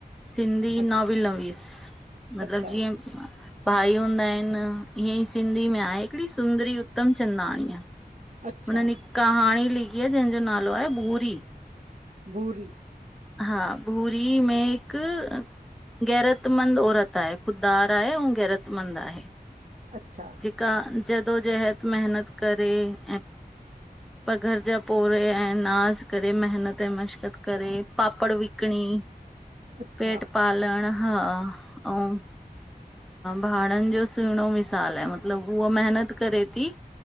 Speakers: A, in the centre; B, on the right (about 50°).
A: सिंधी
B: आहे
A: नॉविल
B: अछ
A: नवीस मतिलब
B: अच्छा
A: जीअं भाई हूंदा आहिनि ईअं ई सिंधी में आहे हिकिड़ी सुंदरी उत्तम चंदाणी आहे
B: अच्छा
A: हुननि हिक कहाणी लिखी आहे जंहिंजो नालो आहे भूरी
B: भूरी
A: हा भूरी में हिकु गैरतमंद औरत आहे ख़ुदिदार आहे ऐं गैरतमंद आहे
B: अच्छा
A: क जदोो जहत महिनत करे ऐं पर घर जा पोौरे ऐं नाज़ करे महिनत ऐं मश्क़त करे पापड़ विकिणी
B: अच्छा
A: पेट पालण हा आउं भाड़नि जो सुहिणो मिसाल आहे मतलबु उहा महिनत करे थी